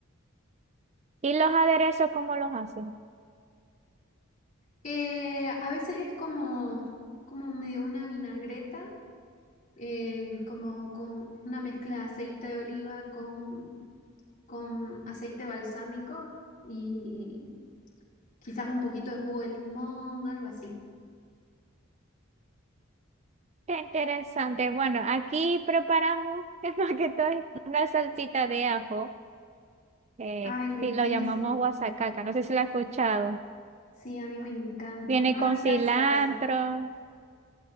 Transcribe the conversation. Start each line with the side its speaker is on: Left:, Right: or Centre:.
Right: ¿Y los aderezos cómo los hacen?
Left: Eh, a veces es como, como medio una vinagreta, eh, como con una mezcla de aceite de oliva con, con aceite balsámico y quizás un poquito de jugo de limón, algo así.
Right: Qué interesante. Bueno, aquí preparamos <laughs> que más que todo es una salsita de ajo, eh,
Left: Ay, riquísimo.
Right: que lo llamamos guasacaca. No sé si lo has escuchado.
Left: Sí, a mí me encanta.
Right: Viene
Left: No
Right: con
Left: la sé
Right: cilantro.
Left: hacer, sí.